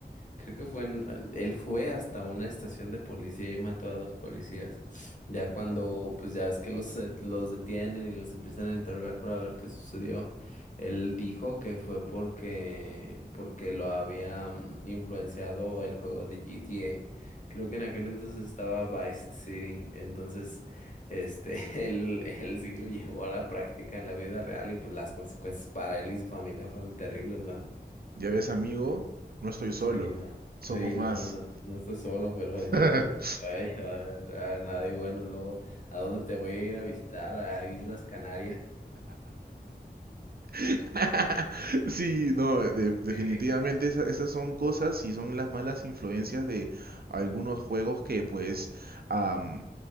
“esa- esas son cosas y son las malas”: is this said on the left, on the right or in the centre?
Right